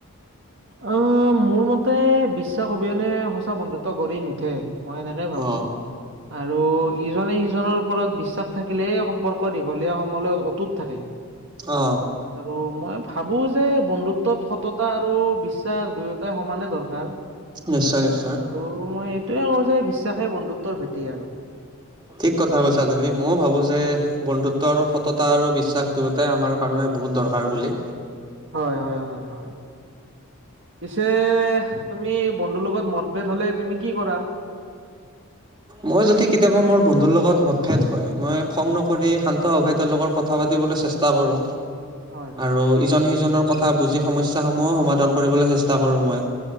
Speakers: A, on the right; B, on the right.
A: অ'! মোৰ মতে, বিশ্বাস অবিহনে সঁচা বন্ধুত্ব গঢ়ি নুঠে। মই এনেকে ভাবোঁ
B: অ
A: আৰু ইজনে, সিজনৰ ওপৰত বিশ্বাস থাকিলেই সম্পৰ্ক দীঘলীয়া সময়লৈ অটুত থাকে
B: অ
A: আৰু মই ভাবোঁ যে বন্ধুত্বত সততা আৰু বিশ্বাস দুয়োটাই সমানে দৰকাৰ।
B: নিশ্চয় নিশ্চয়
A: আৰু মই এইটোৱে কওঁ যে, বিশ্বাসে বন্ধুত্বৰ ভেটি আৰু।
B: ঠিক কথা কৈছা তুমি ময়ো ভাবো যে বন্ধুত্বৰ সততা আৰু বিশ্বাস দুয়োটাই আমাৰ কাৰণে, বহুত দৰকাৰ বুলি।
A: হয়, হয়, হয়, হয়। পিছে, তুমি বন্ধুৰ লগত মতভেদ হ'লে তুমি কি কৰা?
B: মই যদি, কেতিয়াবা মোৰ বন্ধুৰ লগত মতভেদ হয়। মই খং নকৰি শান্ত ভাৱে তেওঁলোকৰ কথা পাতিবলৈ চেষ্টা কৰোঁ।
A: হয় হয়
B: আৰু ইজনে, সিজনৰ কথা বুজি, সমস্যা সমূহো সমাধান কৰিবলৈ চেষ্টা কৰোঁ মই।